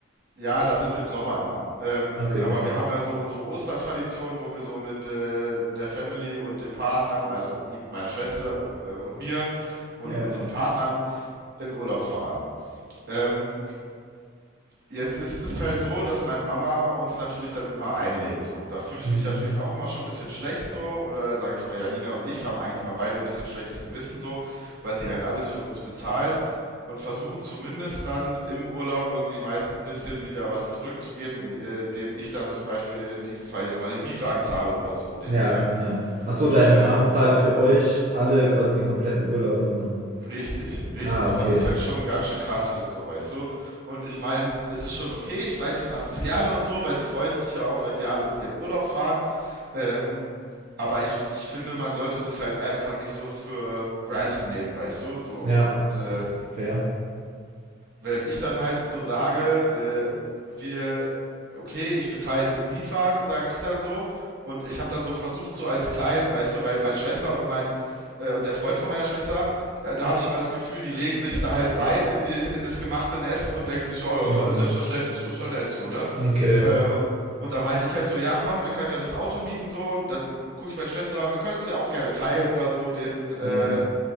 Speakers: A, on the right; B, on the right.
A: Ja, da sind wir im Sommer immer. Ähm,
B: Okay.
A: aber wir haben ja so unsere Ostertradition, wo wir so mit äh, der Family und den Partnern, also gut, meiner Schwester äh, und mir und
B: Ja.
A: unseren Partnern in Urlaub fahren. Ähm, Jetzt ist es halt so, dass meine Mama uns natürlich dann immer einlädt. So, da fühle ich
B: Mhm.
A: mich ja natürlich auch immer schon ein bisschen schlecht so. Oder sage ich mal, Janina und ich haben eigentlich immer beide ein bisschen schlechtes Gewissen so, weil sie halt alles für uns bezahlt und versuchen zumindest dann im Urlaub irgendwie meist ein bisschen wieder was zurückzugeben, indem ich dann zum Beispiel in diesem Fall jetzt mal den Mietwagen zahle oder so, den
B: Ja,
A: wir
B: ja. Ach so, deine
A: ähm,
B: Mom zahlt für euch alle quasi den kompletten Urlaub immer.
A: Richtig, richtig.
B: Ah, okay.
A: Was ich halt schon ganz schön krass finde, so weißt du. Und ich meine, es ist schon okay. Ich weiß, sie macht es gerne und so, weil sie freut sich ja auch, wenn wir alle mit ihr in Urlaub fahren. Ähm, aber ich, ich finde, man sollte das halt einfach nicht so für granted nehmen, weißt du. So
B: Ja,
A: und äh,
B: fair.
A: wenn ich dann halt so sage, äh, wir, okay, ich bezahle jetzt den Mietwagen, sag ich dann so. Und ich habe dann so versucht, so als kleinen, weißt du, weil meine Schwester und mein äh, und der Freund von meiner Schwester, da, da habe ich immer das Gefühl, die legen sich da halt rein in, die, in das gemachte Nest und denken sich, oh ja,
B: Mhm.
A: ist ja alles selbstverständlich so, ist ja nett so, ne?
B: Okay.
A: Äh, und, und da meinte ich halt so, ja komm, wir können ja das Auto mieten so und dann gucke ich meine Schwester so an, wir können es ja auch gerne teilen oder so, den, äh,
B: Ja,